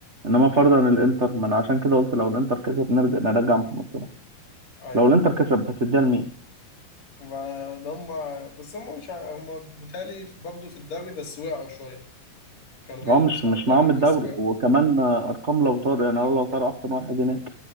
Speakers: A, on the right (about 75°); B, on the left (about 60°).
A: انما فرضا الانتر من عشان كده قلت لو الانتر كسب نرجع نرجع محمد صلاح
B: ايوه
A: لو الانتر كسب هتديها لمين
B: ما ده هم بس هم مش ع- هم بالتالي برضه في الدوري بس وقعوا شويه كانوا بينافسوا
A: هو مش مش
B: على الدوري
A: معاهم الدوري
B: بس وقعوا
A: وكمان آه، ارقام لو طار يعني لو طار احسن واحد هناك